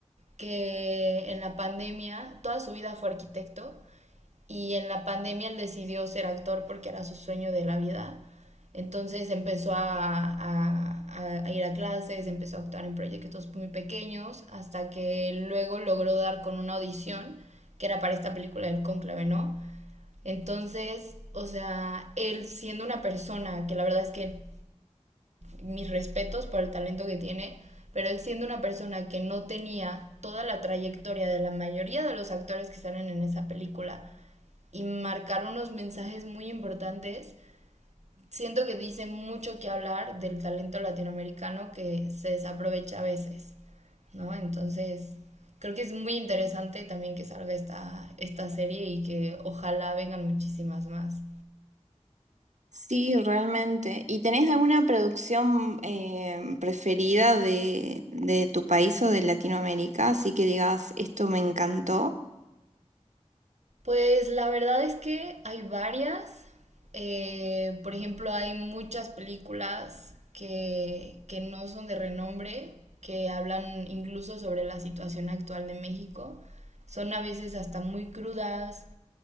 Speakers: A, on the right; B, on the right.
A: que en la pandemia toda su vida fue arquitecto y en la pandemia él decidió ser actor porque era su sueño de la vida. Entonces empezó a, a, a, ir a clases, empezó a actuar en proyectos muy pequeños, hasta que luego logró dar con una audición que era para esta película del cónclave, ¿no? Entonces, o sea, él siendo una persona que la verdad es que mis respetos por el talento que tiene, pero él siendo una persona que no tenía toda la trayectoria de la mayoría de los actores que salen en esa película, y marcar unos mensajes muy importantes. Siento que dicen mucho que hablar del talento latinoamericano que se desaprovecha a veces, ¿no? Entonces, creo que es muy interesante también que salga esta, esta serie y que ojalá vengan muchísimas más.
B: sí, realmente. ¿Y tenés alguna producción eh, preferida de, de tu país o de Latinoamérica? Así que digas, esto me encantó.
A: Pues la verdad es que hay varias. Eh, por ejemplo, hay muchas películas que, que no son de renombre, que hablan incluso sobre la situación actual de México. Son a veces hasta muy crudas